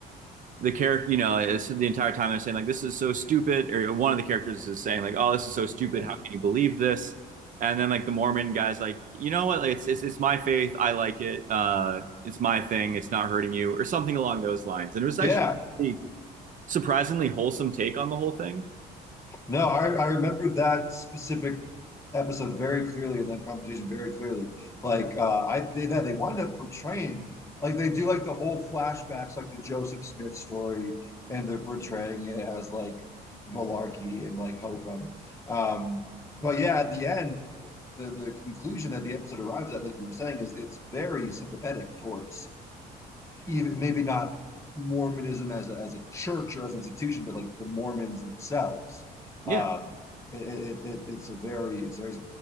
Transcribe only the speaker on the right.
the character, you know, it's the entire time they're saying like, "This is so stupid," or one of the characters is saying like, "Oh, this is so stupid.
How can you believe this?" And then like the Mormon guy's like, "You know what? Like, it's it's it's my faith. I like it. Uh, it's my thing. It's not hurting you," or something along those lines. And it was actually
a surprisingly wholesome take on the whole thing.
Yeah,